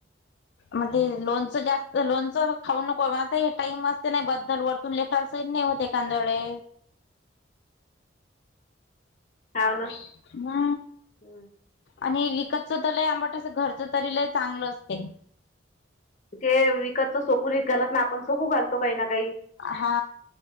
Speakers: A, on the left; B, on the left.
A: मग ते लोणचं जास्त लोणचं खाऊ नको हे टाइम असते नाही बद्दल वर तुले का स नाही होते कांदोळे.
B: हाव ना
A: <unintelligible> ना
B: हं.
A: आणि विकतच तर लय आंबटस घरचं तरी लय चांगलं असते.
B: ते विकतचं सोकू घालत ना आपण सोकू घाल तो काही ना काही
A: हा